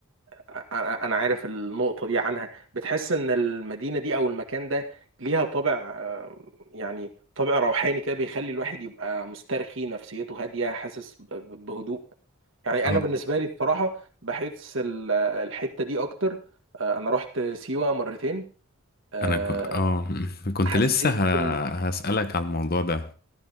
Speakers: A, on the right (about 60°); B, on the left (about 45°).
A: انا أنا عارف النقطه دي عنها بتحس ان المدينه دي او المكان ده ليها طابع آه، يعني طابع روحاني كده بيخلي الواحد يبقى مسترخي نفسيته هاديه حاسس ب- ب- بهدوء يعني
B: اه
A: انا بالنسبه لي الصراحه بحس ال- الحته دي اكتر آه، انا رحت سيوه مرتين آه،
B: أنا ك... اه <laughs> كنت
A: حسيت
B: لسه ه...
A: بال
B: هسألك على الموضوع ده